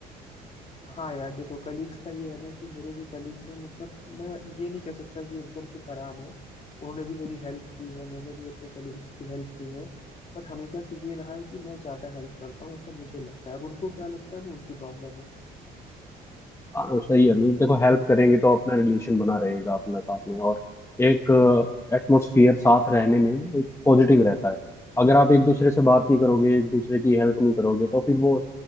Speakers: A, on the left; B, on the left.
A: हाँ यार देखो कलीग्स का ये है ना कि मेरे जो कलीग्स हैं मतलब मैं ये नहीं कह सकता कि एकदम से खराब है उन्होंने भी मेरी हेल्प की है मैंने भी अपने कलीग्स की हेल्प की है बट हमेशा से ये रहा है कि मैं ज्यादा हेल्प करता हूँ ऐसा मुझे लगता है अब उनको क्या लगता है वो उनकी प्रॉब्लम है
B: हाँ तो सही है मतलब देखो हेल्प करेंगे तो अपना रिलेशन बना रहेगा अपना साथ में और एक एटमोसफियर साथ रहने में वो एक पॉजिटिव रहता है अगर आप एक दूसरे से बात नहीं करोगे एक दूसरे की हेल्प नहीं करोगे तो फिर वो